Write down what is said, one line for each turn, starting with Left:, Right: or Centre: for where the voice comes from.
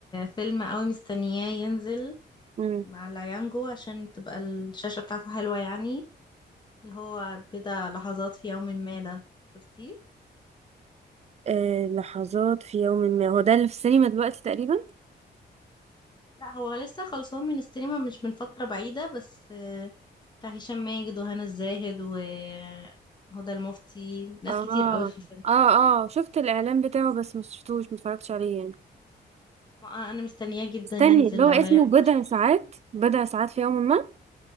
Left: فيلم قوي مستنياه ينزل
Right: مم.
Left: مع العيانجو عشان تبقى الشاشة بتاعته حلوة يعني اللي هو بضع لحظات في يوم ما ده شفتيه؟
Right: آه، لحظات في يوم ما هو ده اللي في السينما دلوقتي تقريبا
Left: لا هو لسه خلصان من السينما مش من فترة بعيدة بس آه، بتاع هشام ماجد وهنا الزاهد وهدى المفتي ناس
Right: اه
Left: كتير قوي في الفيلم
Right: اه اه شفت الاعلان بتاعه بس مش شفتوش متفرجتش عليه يعني
Left: ما- آه، انا مستنياه جدا
Right: استني
Left: ينزل
Right: اللي هو
Left: على
Right: اسمه
Left: يانجو
Right: بضع
Left: عشان أشوف.
Right: ساعات بضع ساعات في يوم ما